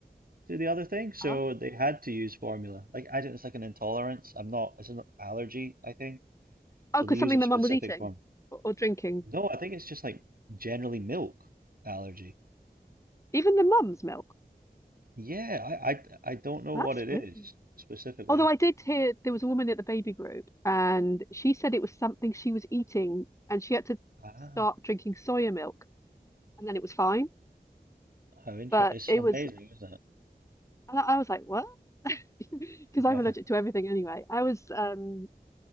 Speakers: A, on the right; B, on the left.
A: to the other thing, so
B: huh?
A: they had to use formula. Like, I don't, it's like an intolerance. I'm not, it's an allergy, I think. So
B: oh, because
A: they use
B: something
A: a
B: the
A: specific
B: mum was eating
A: form.
B: or, or drinking.
A: No, I think it's just like generally milk allergy.
B: Even the mum's milk.
A: Yeah, I, I, I don't know
B: That's
A: what it is
B: weird.
A: specifically.
B: Although I did hear there was a woman at the baby group and she said it was something she was eating and she had to
A: Ah,
B: start drinking soya milk and then it was fine.
A: how interesting.
B: But
A: It's
B: it
A: amazing,
B: was,
A: isn't it?
B: and I I was like, what? <laughs> Because
A: Yeah,
B: I'm allergic to everything anyway. I was, um,